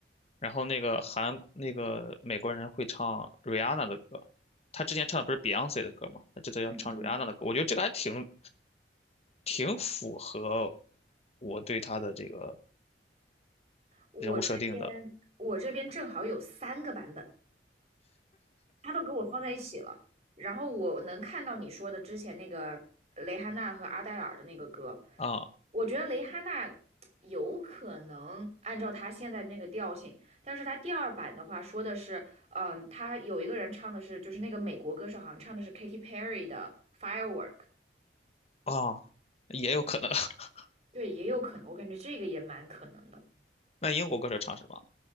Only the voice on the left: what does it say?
然后那个韩那个美国人会唱 Rihanna 的歌，他之前唱的不是 Beyonce 的歌吗？他这次要唱
Rihanna 的歌，我觉得这个还挺挺符合我对他的这个
人物设定的
啊
啊，也有可能。<laughs>
那英国歌手唱什么